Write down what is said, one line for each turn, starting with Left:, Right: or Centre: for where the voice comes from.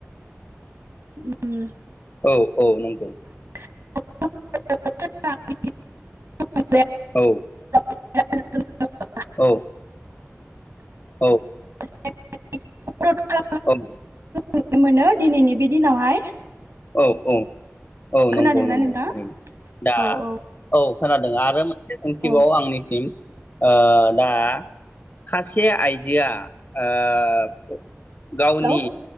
Right: उम
Left: औ औ नंगौ
Right: <unintelligible>
Left: औ
Right: <unintelligible>
Left: औ औ
Right: <unintelligible>
Left: औ
Right: नुनो मोनो दिनैनि बे दिनावहाय।
Left: औ औ औ
Right: खोनादोंना
Left: नंगौ नंगौ
Right: नोंथाङा
Left: थारैनो दा
Right: औ औ
Left: औ खोनादों आरो मो नसें सोंथिबाव
Right: औ
Left: आंनिसिम ओ दा खासे आइजोआ ओ गावनि
Right: हेलौ